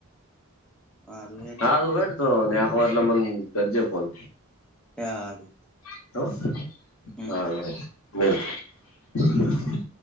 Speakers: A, in the centre; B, on the left.
A: હ.
B: સારું હેડ તો ને હવાર લ મન ગરજે ફોન
A: એ હારું.
B: હા.
A: હમ